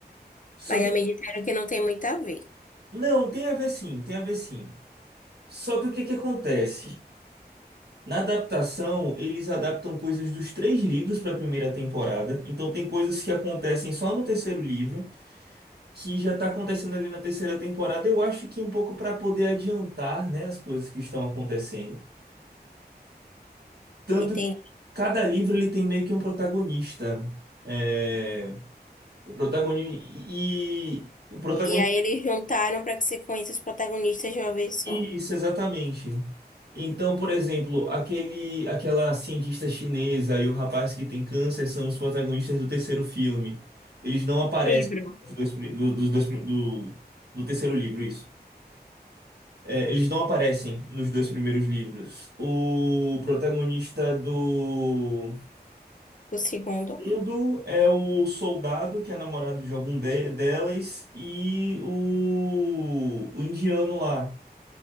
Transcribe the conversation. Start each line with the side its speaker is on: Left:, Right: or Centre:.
Right: só
Left: Mas
Right: que
Left: já me disseram que não tem muito a ver.
Right: Não, tem a ver sim, tem a ver sim. Só que o que que acontece? Na adaptação, eles adaptam coisas dos três livros para a primeira temporada. Então tem coisas que acontecem só no terceiro livro, que já está acontecendo ali na terceira temporada. Eu acho que um pouco para poder adiantar, né, as coisas que estão acontecendo. Tanto
Left: Entende?
Right: que cada livro ele tem meio que um protagonista. É, o protagonista e o protagonista
Left: E aí eles juntaram para que você conheça os protagonistas de uma vez só.
Right: Isso, exatamente. Então, por exemplo, aquele, aquela cientista chinesa e o rapaz que tem câncer são os protagonistas do terceiro filme. Eles não aparecem
Left: Livro.
Right: nos dois pri- do, dos dois pri- do, do terceiro livro, isso. É, eles não aparecem nos dois primeiros livros. O protagonista do
Left: O segundo.
Right: mundo é o soldado, que é namorado de algum de- delas, e o, o indiano lá.